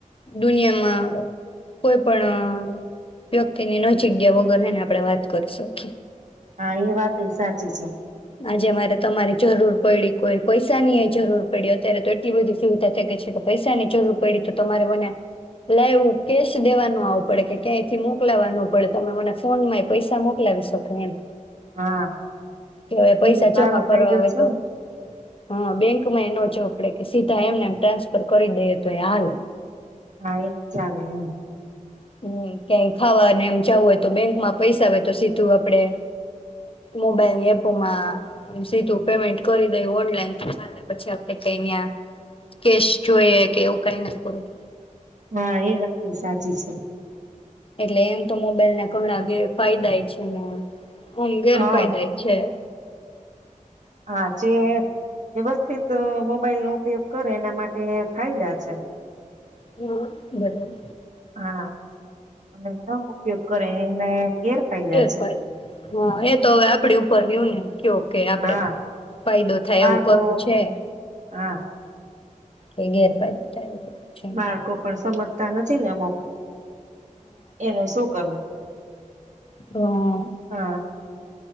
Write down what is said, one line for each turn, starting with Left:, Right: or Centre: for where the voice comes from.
Left: દુનિયામાં કોઈ પણ વ્યક્તિની નજીક ગીયા વગર હેને આપણે વાત કરી શકીએ.
Right: હા એ વાત એ સાચી છે.
Left: આજે મારે તમારી જરૂર પડી કોઈ પૈસાની એ જરૂર, પડી અત્યારે તો એટલી બધી સુવિધા થઈ ગઈ છે કે પૈસા ની જરૂર પડી તો તમારે મને લાઈવ કેશ દેવાનું આવું પડે કે ક્યાંયથી મોકલાવાનું પડે તમે મને ફોનમાં એ પૈસા મોકલાવી શકો એમ.
Right: હા.
Left: કેવાય પૈસા
Right: એ સારો
Left: જમા
Right: ફાયદો
Left: કરવા હોય
Right: છે
Left: તો,
Right: ને
Left: હા બેંકમાં એનો જો આપ કે સીધા એમનેમ ટ્રાન્સફર કરી દઈએ તો એ હાલે.
Right: હા એક ચાલે હ.
Left: હમ્મ, કઈ ખાવાને એમ જવું હોય તો બેંકમાં પૈસા હોય તો સીધું આપડે મોબાઈલની એપોમાં સીધું પેમેન્ટ કરી દે, ઓનલાઈન પછી આપ ક અયા કેશ જોઈએ કે એવું કઈ ના કરું
Right: હા એ વાત સાચી છે.
Left: એટલે એમ તો મોબાઈલ ના ઘણા ફાયદાય છે ને. આમ ગેરફાયદા
Right: હા
Left: છે
Right: હા જે વ્યવસ્થિત મોબાઈલનો ઉપયોગ કરે એના માટે ફાયદા છે.
Left: હા બરાબર.
Right: હા અને ન ઉપયોગ કરે એને ગેરફાયદા
Left: એ હ
Right: છે
Left: એ તો હવે આપડી ઉપર રહ્યું ને કયો કે આપડે
Right: હા
Left: ફાયદો થાય
Right: બાળકો
Left: એવું કરું છે એમ
Right: હા.
Left: કે ગેરફાયદે થાય. કરવું છે હા
Right: માર્કો પણ સમજ ત્યા નથી ને અમુક. એનું શું કરવું
Left: હા.
Right: હા